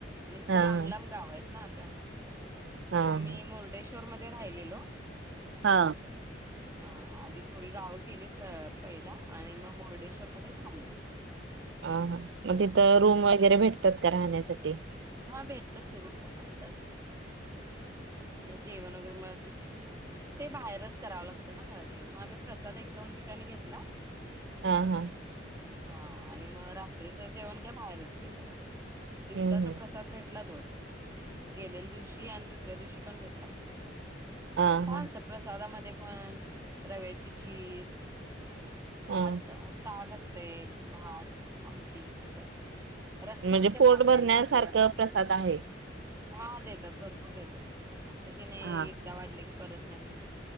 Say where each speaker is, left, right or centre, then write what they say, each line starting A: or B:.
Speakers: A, on the right (about 15°); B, on the right (about 65°).
A: आणि कसं
B: हा
A: लांब लांब गाव आहेत ना. त्या मुळ
B: हा
A: म मी
B: हा
A: मुर्डेश कर मन थ राहिलेलो
B: हा
A: हा आधी थोडी गावं केलीस पहिला आणि मग मुर्डेश्वरमध्ये थांबलो
B: ह हा मग तिथं रूम वगैरे भेटतात का राहण्यासाठी?
A: हा भेटतात की रूम पण असतात मग जेवण वगैरे मिळतं की बाहेरच करावं ला ना माझ जे मग आम्ही प्रसाद एक दोन ठिकाणी घेतला
B: हा हा
A: हा आणि मग रात्रीच जेवण काय बाहेरच केलं मग
B: हम्म
A: दिवसाचा
B: हम्म
A: प्रसाद भेट आ ग दिवशी दुवशी पण भेटला तसं
B: हा
A: छान
B: हा
A: अस प्रसादामध्ये पण रव्याची खीर बता
B: हा
A: कस ते भात आमटी असं असते रस्सम
B: म्हणजे
A: कस
B: पोट
A: असतंय
B: भरण्यासारखं
A: ना आपलं
B: प्रसाद आहे.
A: हा देतात भरपूर देतात असं की नाही
B: हा
A: एकदा वाढले की परत नाही असणे